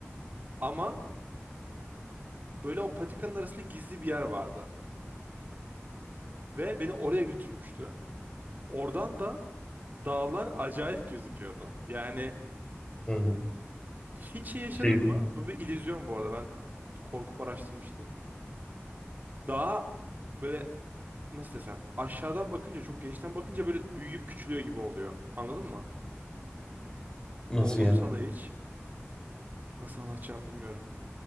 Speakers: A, on the right; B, on the left.
A: Ama böyle o patikanın arasında gizli bir yer vardı ve beni oraya götürmüştü. Oradan da dağlar acayip gözüküyordu. Yani
B: Hı.
A: Hiç iyi yaşadın
B: Şey,
A: mı? Bu bir illüzyon bu arada. Ben korkup araştırmıştım. Daha böyle nasıl desem aşağıdan bakınca çok genişten bakınca böyle büyüyüp küçülüyor gibi oluyor. Anladın mı?
B: nasıl
A: Oldu
B: yani?
A: mu sana hiç? Nasıl anlatacağımı bilmiyorum.